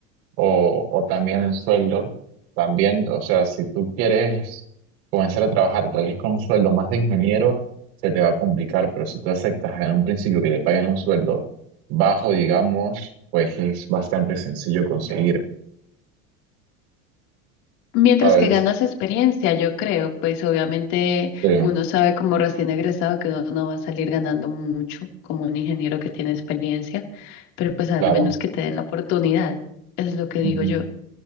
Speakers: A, on the right; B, on the left.
A: o, o también el sueldo, también, o sea, si tú quieres comenzar a trabajar tal vez con un sueldo más de ingeniero, se te va a complicar, pero si tú aceptas en un principio que te pagan un sueldo bajo, digamos, pues es bastante sencillo conseguir,
B: Mientras
A: ¿sabes?
B: que ganas experiencia, yo creo, pues obviamente
A: Sí,
B: uno sabe como recién egresado que uno no va a salir ganando mucho como un ingeniero que tiene experiencia, pero pues al
A: claro,
B: menos que te den la oportunidad, es lo que digo
A: ujú,
B: yo.